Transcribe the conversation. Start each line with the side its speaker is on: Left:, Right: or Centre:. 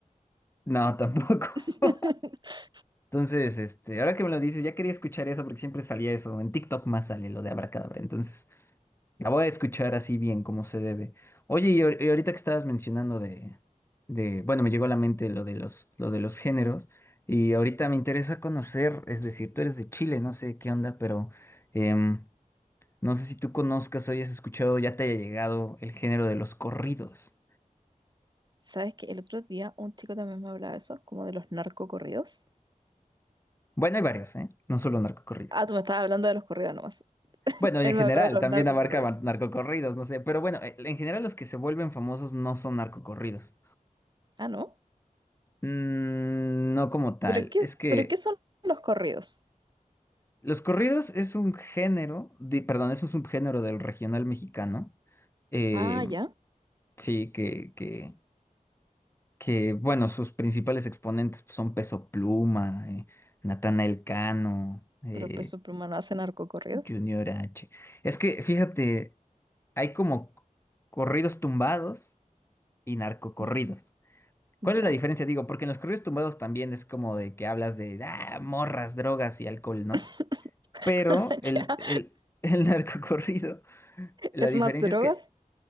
Left: no, tampoco.
Right: <laughs>
Left: <laughs> Entonces, este, ahora que me lo dices, ya quería escuchar eso porque siempre salía eso. En TikTok más sale lo de Abracadabra. Entonces, la voy a escuchar así bien, como se debe. Oye, y, ahor- y ahorita que estabas mencionando de, de, bueno, me llegó a la mente lo de los, lo de los géneros. Y ahorita me interesa conocer, es decir, tú eres de Chile, no sé qué onda, pero. em, No sé si tú conozcas o hayas escuchado, ya te haya llegado el género de los corridos.
Right: ¿Sabes que El otro día un chico también me hablaba de eso, como de los narcocorridos.
Left: Bueno, hay varios, ¿eh? No solo narcocorridos.
Right: Ah, tú me estabas hablando de los corridos nomás.
Left: Bueno,
Right: Él
Left: y en
Right: me
Left: general,
Right: habló de los
Left: también
Right: narcocorridos.
Left: abarca bar- narcocorridos, no sé. Pero bueno, eh, en general los que se vuelven famosos no son narcocorridos.
Right: Ah, ¿no?
Left: Mm, no como tal.
Right: ¿Pero qué,
Left: Es que
Right: pero qué son los corridos?
Left: los corridos es un género, de- perdón, es un subgénero del regional mexicano. Eh,
Right: Ah, ya.
Left: sí, que, que, que, bueno, sus principales exponentes son Peso Pluma, eh, Natanael Cano. eh,
Right: Pero Peso Pluma no hace narcocorridos.
Left: Junior H. Es que, fíjate, hay como c- corridos tumbados y narcocorridos.
Right: Ya.
Left: ¿Cuál
Right: Ya.
Left: es la diferencia? Digo, porque en los corridos tumbados también es como de que hablas de ah, morras, drogas y alcohol, ¿no?
Right: <laughs>
Left: Pero el,
Right: Ya.
Left: el, <laughs> el narcocorrido, la
Right: ¿Es
Left: diferencia
Right: más drogas?
Left: es que